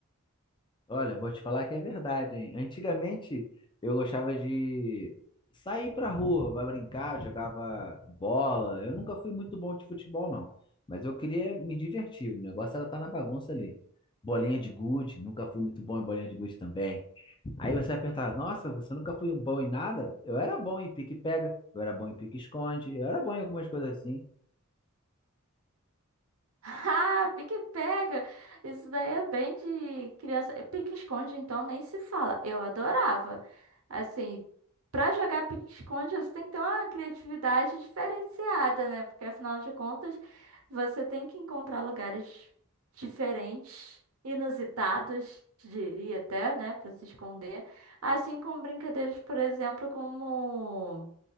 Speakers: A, on the left (about 20°); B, on the right (about 80°).
A: Olha, vou te falar que é verdade, hein? Antigamente eu gostava de sair pra rua, vai brincar, jogava bola. Eu nunca fui muito bom de futebol, não. Mas eu queria me divertir. O negócio era estar na bagunça ali. Bolinha de gude, nunca fui muito bom em bolinha de gude também. Aí você vai perguntar, nossa, você nunca foi bom em nada? Eu era bom em pique-pega, eu era bom em pique-esconde, eu era bom em algumas coisas assim.
B: Ah, pique pega. Isso daí é bem de criança. E Pique esconde, então, nem se fala. Eu adorava. Assim, pra jogar pique esconde, você tem que ter uma criatividade diferenciada, né? Porque afinal de contas, você tem que encontrar lugares diferentes, inusitados, diria até, né, Pra se esconder. Assim como brincadeiras, por exemplo, como